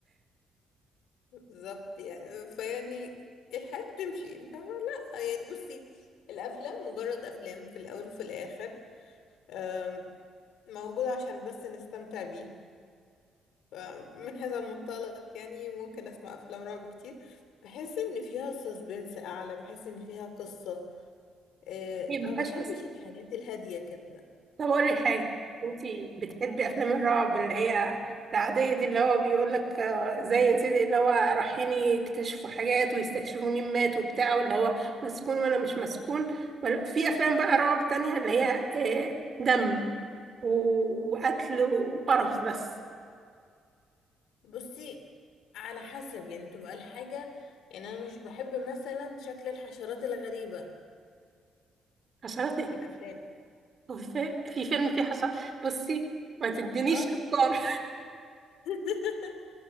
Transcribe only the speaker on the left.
بالظبط يعني فيعني الحياة بتمشي يعني فاهمة لا يعني بصي الأفلام مجرد أفلام في الأول وفي الآخر أم، موجودة عشان بس نستمتع بيها فمن هذا المنطلق يعني ممكن أسمع أفلام رعب كتير بحس إن فيها سسبنس أعلى بحس إن فيها قصة أه،
ما بحبش
الحاجات الهادية كده
بصي على حسب يعني تبقى الحاجة يعني أنا مش بحب مثلا شكل الحشرات الغريبة
في الأفلام
يعني
اه
<laughs>